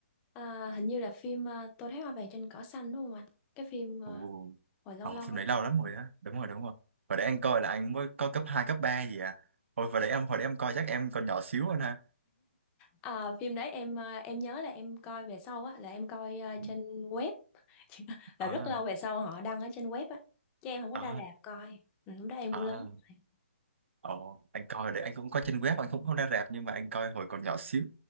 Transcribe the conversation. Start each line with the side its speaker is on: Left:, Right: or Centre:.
Left: à, hình như là phim à, Tôi thấy hoa vàng trên cỏ xanh đúng không anh cái phim
Right: Ồ.
Left: à, hồi lâu
Right: Ờ,
Left: lâu
Right: phim
Left: ấy
Right: đấy lâu lắm rồi á. Đúng rồi, đúng rồi. Hồi đấy anh coi là anh mới coi cấp 2 cấp 3 gì à. Hồi, hồi đấy em hồi đấy em coi chắc em còn nhỏ xíu hơn ha.
Left: à, phim đấy em à, em nhớ là em coi về sau á là em coi à,
Right: Ừ.
Left: trên web <laughs> là
Right: Ờ,
Left: rất lâu về sau họ đăng ở trên web á chứ em không có
Right: ờ,
Left: ra rạp coi ừ, lúc đó em
Right: ờ.
Left: cũng lớn rồi
Right: Ồ, anh coi đấy anh cũng coi trên web anh cũng không ra rạp nhưng mà anh coi hồi còn nhỏ xíu